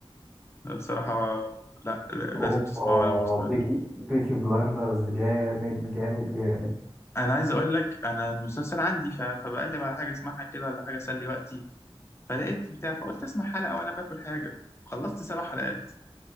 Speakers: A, on the left; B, in the centre.
A: بصراحة لا لا- لازم
B: اوبا
A: تسمعه لو ما سمعتوش
B: بيكي بيكي بلايندرز جامد جامد جامد
A: انا عايز اقول لك انا المسلسل عندي ف- فبقلب على حاجة اسمعها كده ولا حاجة اسلي وقتي فلقيت بتاع فقلت اسمع حلقة وانا باكل حاجة وخلصت سبع حلقات